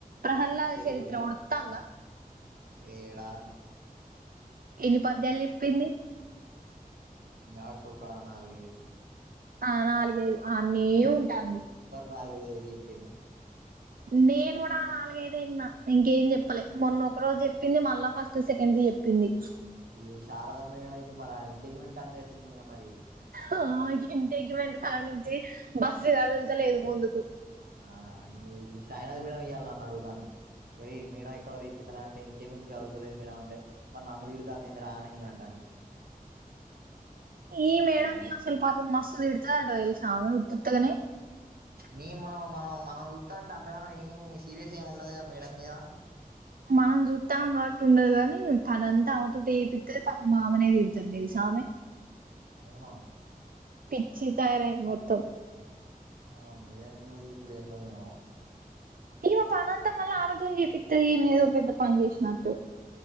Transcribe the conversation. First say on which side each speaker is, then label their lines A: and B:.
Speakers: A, on the right; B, on the right.
A: ప్రహ్లాద
B: తెలుగులా
A: చరిత్ర ఉడతా అంద
B: ఏడా
A: ఎన్ని పద్యాలు చెప్పింది
B: ఆ చౌకా నాలుగదు
A: ఆ నాలుగ ఐదు అన్నీ ఉంటాంది
B: నాలుగుగేపోయింది
A: నేను కూడా నాలుగైద అయినా ఇంకేం చెప్పాలి మొన్న ఒక రోజు చెప్పింది మళ్ళా ఫస్ట్ సెకండ్ చెప్పింది
B: ఈ శారద మేడం అయితే మరి ఇంటికి మ కాని తెచ్చింది మరి
A: ఆ ఇంటి ఎకి వెంట కానించి బస్సు కదులుతలేదు ముందుకు
B: ఆ సాయినాథ్ మేడం ఇయ్యాలి నన్ను అడుగుతుంది మరి మేనం ఎక్కడ రేపింది అంటే ఇంటికి మించగా కదుతలేదు మీేనం అంటే మరి నన్ను తిడుతాందింది రానియ అంటంది
A: ఈ మేడని
B: మేడం
A: స్వల్ప మస్ద్ ఇడతాంట ఇల్ స ఉ ఎగనే
B: మే మనం మనం చూస్తా అంటే అంతగానో ఏమి సీరియస్ ఏమి ఉండదుగా మేడం మీద
A: మనం చూస్తడం కాబట్టి ఉండదు కాని తనంతా అమ్తుట చేపిస్త పాప మామనేది తిడుతుంది తెలుసు ఆమె
B: అవునా
A: పిచ్చి తార మొత్తం
B: ఆ మీలంగూ వప్పుడ ఎంత వ
A: ఈమ పనంతా మళ్ళ ఆమెతోని చేపిస్తది ఏదో పెద్ద పని చేసినట్టు